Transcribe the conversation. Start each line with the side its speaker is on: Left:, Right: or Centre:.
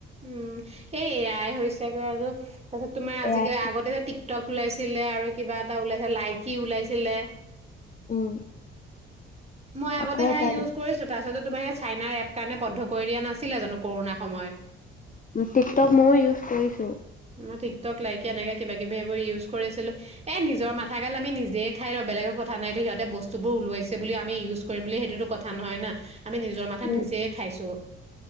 Right: উম, এই এয়াই হৈছেগৈ আৰু। তাৰিছত তোমাৰ
Left: এয়াই
Right: আজিজে আগতে যে টি টক ওলাইছিলে, আৰু কিবা এটা ওলাইছিল, লাইকি ওলাইছিলে।
Left: উম,
Right: মই আগতে
Left: আকৌ
Right: সেয়া
Left: এটা
Right: ইউজ কৰিছো তাৰপিছতে তোমাৰ চাইনাৰ এপ কাৰণে বন্ধ কৰি দিয়া নাছিলে জানো কৰোণা সময়ত।
Left: টিকটক ময়ো ইউজ কৰিছো।
Right: মই টিক টক লাইকিয় এনেকে কিবা কিবি সবোৰ ইউজ কৰিছিলো এ নিজৰ মাথা গাল আমি নিজেই খাই লও বেলেগৰ কথা নাইতো সিহতে বস্তুবোৰ ওলাইছে বুলি আমি ইউজ কৰিম বুলি সেইটোতো কথা নহয় না। আমি নিজৰ মাথা
Left: উ
Right: নিজেই খাইছো।